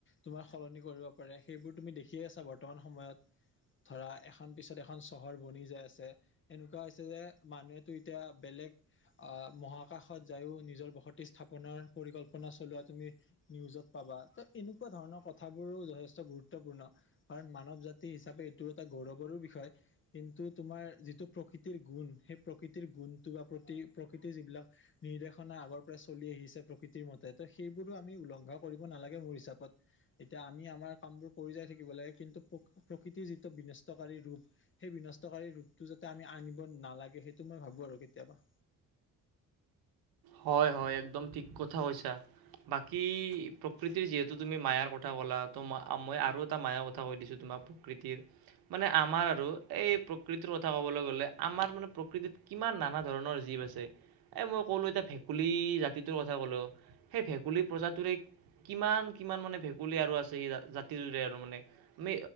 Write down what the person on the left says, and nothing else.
তোমাৰ সলনি কৰিব পাৰে। সেইবোৰ তুমি দেখিয়ে আছা বৰ্তমান সময়ত। ধৰা এখন পিছত এখন চহৰ বনি যায় আছে। এনেকুৱা হৈছে যে মানুহেতো এতিয়া বেলেগ আহ মহাকাশত যায়ো নিজৰ বসতি স্থাপনৰ পৰিকল্পনা চলোৱা তুমি নিউজত পা ত এনেকুৱা ধৰণৰ কথাবোৰো যথেষ্ট গুৰুত্বপূৰ্ণ। কাৰণ মানৱ জাতি হিচাপে এইটো এটা গৌৰৱৰো বিষয় কিন্তু তোমাৰ যিটো প্ৰকৃতিৰ গুণ সেই প্ৰকৃতিৰ গুণটো বা প্ৰতি প্ৰকৃতিৰ যিবিলাক নিৰ্দেশনা আগৰ পৰাই চলি আহিছে। প্ৰকৃতি সেইমতে ত সেইবোৰো আমি উলংঘা কৰিব নালাগে মোৰ হিচাপত। এতিয়া আমি আমাৰ কামবোৰ কৰি যাই <unintelligible> লাগে কিন্তু প্ৰকৃতিৰ যিটো বিনস্তকাৰী ৰূপ সেই বিনষ্টকাৰী ৰূপটো যাতে আমি আনিব নালাগে সেইটো মই ভাবো আৰু কেতিয়াবা।